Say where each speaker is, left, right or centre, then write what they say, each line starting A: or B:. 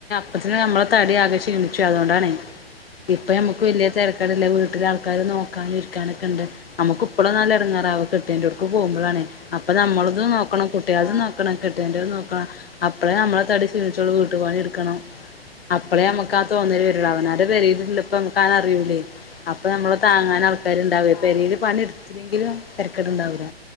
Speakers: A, on the left; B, on the left.
A: ഇപ്പതന്നെ നമ്മള തടി ആകെ ക്ഷീണിച്ചു അതുകൊണ്ടാണെ ഇപ്പം നമുക്ക് വല്ല്യ തിരക്കേടില്ല
B: ആഹ്
A: വീട്ടിലാൾക്കാര് നോ ക്കാനും ഇരിക്കാനൊക്കെണ്ട് നമുക്ക് ഇപ്പോഴൊന്നല്ല ഇടങ്ങേറാവ കെട്ടിയോൻ്റെ അവടക്ക് പോകുമ്പഴാണേ അപ്പൊ നമ്മളതു നോക്കണം കുട്ടികളതും
B: ആഹ്
A: നോക്കണം കെട്ടിയൊന്റേത് നോക്ക അപ്പള നമ്മളെ തടി ക്ഷീണിച്ചോളും വീട്ടുപണി എടുക്കണം അപ്പളേ അമ്മക്കാ തോന്നല് വെരൊള്ളൂ. അവനാൻ്റെ പെരീലില്ലപ്പംമ്മക്ക് ആനറിയൂലേ അപ്പം ഞമ്മളെ താങ്ങാനാൾ ൾക്കാര്ണ്ടാവേ.
B: ആഹ്
A: പെരേല് പണിട്ത്തില്ലെങ്കിലും തെരക്കട്ണ്ടാവൂല.